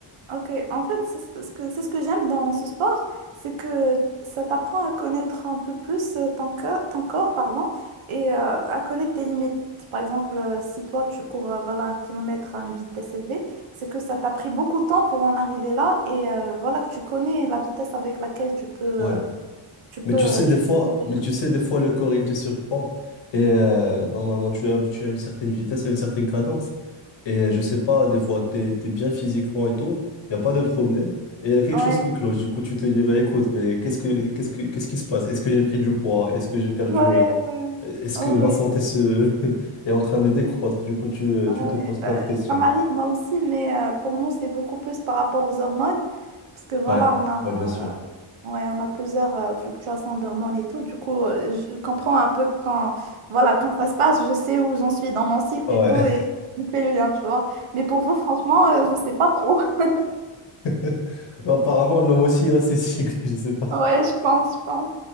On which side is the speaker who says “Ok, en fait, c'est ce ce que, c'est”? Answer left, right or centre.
Right